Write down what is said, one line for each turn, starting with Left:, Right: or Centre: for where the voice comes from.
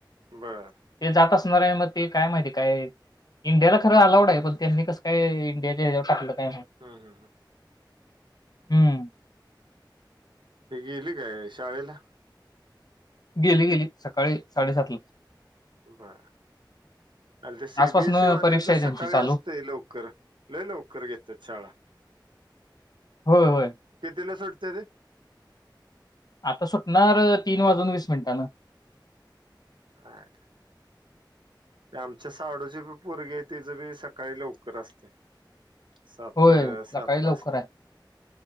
Right: बर
Left: ते जात असणार आहे मग ते काय माहिती काय? इंडियाला खरं अलाउड आहे पण त्यांनी कस काय इंडियाच्या ह्याच्यावर टाकलं काय माहित?
Right: हं हं हं.
Left: हम्म
Right: ती गेली काय शाळेला?
Left: गेली गेली. सकाळी साडेसात ला.
Right: बर. आणि ते सीबीएसई
Left: आजपासून
Right: वाल्यांचं
Left: परीक्षा आहे त्यांची
Right: सकाळी
Left: चालू
Right: असतेय लवकर. लई लवकर घेतात शाळा.
Left: होय होय.
Right: कितीला सुटते ते?
Left: आता सुटणार तीन वाजून वीस मिनिटानं.
Right: हंक. ते आमच्या साडूची पोरगी हाय ति ज बी सकाळी लवकर असते. सात,
Left: होय
Right: सातला
Left: सकाळी लवकर
Right: असते
Left: आहे